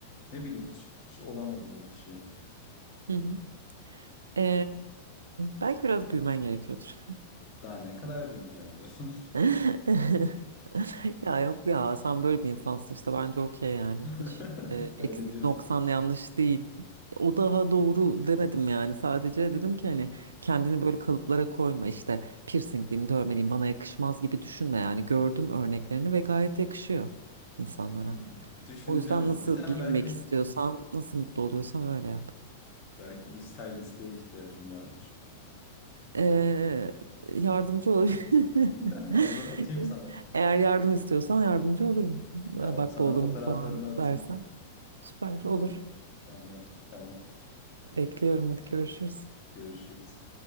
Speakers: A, on the left; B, on the right.
A: ne bileyim hiç hiç olamadım o kişi.
B: Hı hı. E, belki biraz büyümen gerekiyordur.
A: Daha ne kadar büyüyeceğim canım.
B: <laughs> Ya yok ya sen böyle bir insansın işte bence okey yani
A: <laughs>
B: hiç e, eksik
A: Öyle diyorsan.
B: noksan yanlış değil. O daha doğru demedim yani sadece dedim ki hani kendini böyle kalıplara koyma işte piercingliyim dövmeliyim bana yakışmaz gibi düşünme yani gördüm örneklerini
A: <laughs>
B: ve gayet yakışıyor insanlara.
A: Hmm, düşüneceğim
B: O yüzden
A: bunu.
B: nasıl
A: Bir tane
B: giyinmek
A: belki
B: istiyorsan nasıl mutlu oluyorsan öyle yap.
A: Belki bir stylist'e ihtiyacım vardır.
B: Eee, yardımcı olabilir.
A: <laughs>
B: <laughs>
A: Alır atayım sana.
B: Eğer yardım istiyorsan yardımcı olurum. Bak
A: Tamam, sana
B: bu olurum
A: fotoğraflarını
B: falan dersen.
A: atayım.
B: Süper olur.
A: An- anlaştık, tamam.
B: Bekliyorum hadi görüşürüz.
A: Görüşürüz.